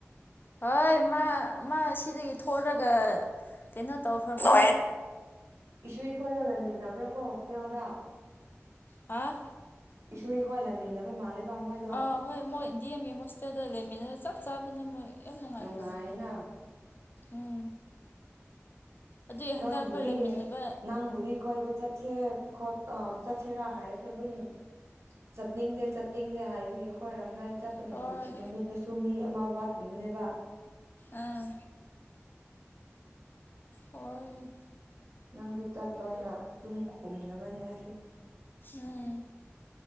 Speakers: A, on the left (about 45°); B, on the right (about 65°).
A: ꯍꯣꯏ ꯃꯥ ꯃꯥ ꯁꯤꯗꯒꯤ ꯊꯂꯒ ꯀꯩꯅꯣ ꯇꯧꯈ꯭ꯔꯕ
B: ꯏꯁꯁꯨꯀꯣ ꯌꯥꯂꯃꯤꯗꯥꯕ꯭ꯔ ꯀꯣꯁꯦ ꯌꯥꯎꯗ
A: ꯍꯥ
B: ꯏꯁꯨ ꯑꯩꯈꯣꯏ ꯂꯩꯃꯤꯟꯅꯕ ꯃꯥꯜꯂꯦꯕ ꯃꯣꯏꯗꯣ
A: ꯑꯥ ꯍꯣꯏ ꯃꯣꯏ ꯗꯤ ꯑꯦꯝ ꯌ ꯍꯣꯁꯇꯦꯜꯗ ꯂꯩꯃꯤꯟꯅꯔ ꯆꯞ ꯆꯥꯕꯅꯦ ꯃꯣꯏ ꯌꯥꯝ ꯅꯨꯡꯉꯥꯏꯈ꯭ꯔꯕꯅꯦ
B: ꯅꯨꯡꯉꯥꯏꯅ
A: ꯎꯝ ꯑꯗꯨꯏ ꯍꯟꯗꯛ
B: ꯅꯣꯏꯕꯨꯗꯤ
A: ꯑꯩꯈꯣꯏ ꯂꯩꯃꯤꯟꯅꯕ
B: ꯅꯪꯕꯨꯗꯤ ꯀꯣꯏꯕ ꯆꯠ ꯆꯦ ꯈꯣꯠꯄ ꯆꯠꯁꯦꯔꯥ ꯍꯥꯏꯔꯁꯨ ꯑꯗꯨꯝ ꯆꯠꯅꯤꯡꯗꯦ ꯆꯠꯅꯤꯡꯗꯦ ꯍꯥꯏꯕꯒꯤ ꯑꯩꯈꯣꯏꯔꯝꯅꯥꯏ ꯆꯠꯄ ꯅꯨꯄꯤ
A: ꯍꯣꯏ
B: ꯅꯨꯃꯤꯠꯇꯁꯨ ꯃꯤ ꯑꯃ ꯋꯥꯠꯂꯤꯕꯅꯦꯕ
A: ꯑꯥ ꯑꯣꯏ
B: ꯅꯪꯗꯤ ꯆꯠꯂꯣꯏꯅ ꯑꯗꯨꯝ ꯈꯨꯝꯅꯕꯅꯦ ꯑꯩꯁꯨ
A: ꯑ